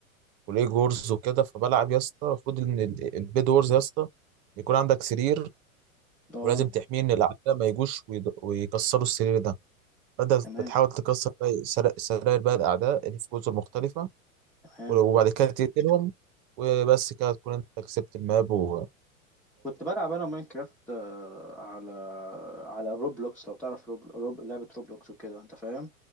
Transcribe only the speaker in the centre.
اه
تمام
تمام
كنت بلعب انا ماينكرافت آه، على على روبلوكس لو تعرف روب... روب... لعبة روبلوكس وكده انت فاهم